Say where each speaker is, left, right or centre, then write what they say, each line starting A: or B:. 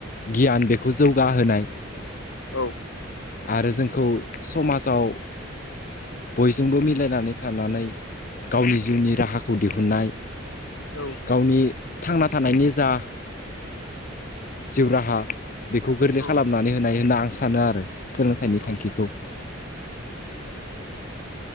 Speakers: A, on the left; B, on the left.
A: गियान बेखौ जौगाहोनाय।
B: औ।
A: आरो जोंखौ समाजाव बयजोंबो मिलायनानै थानानै गावनि जिउनि राहाखौ दिहुननाय
B: औ।
A: गावनि थांना थानायनि जा जिउ राहा बेखौ गोरलै
B: औ
A: खालामनानै होनाय होनना आं सानो आरो सोलोंथाइनि
B: औ
A: थांखिखौ।